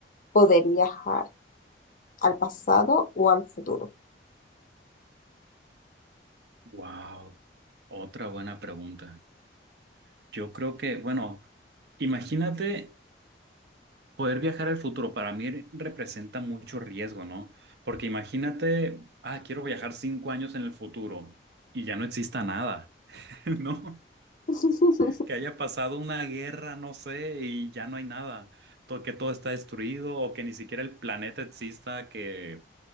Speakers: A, on the left; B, on the right.
A: poder viajar al pasado o al futuro?
B: Wow, otra buena pregunta. Yo creo que, bueno, imagínate poder viajar al futuro. Para mí representa mucho riesgo, ¿no? Porque imagínate, ah, quiero viajar cinco años en el futuro y ya no exista nada, <laughs> ¿no?
A: <laughs>
B: Que haya pasado una guerra, no sé, y ya no hay nada. To- que todo está destruido o que ni siquiera el planeta exista, que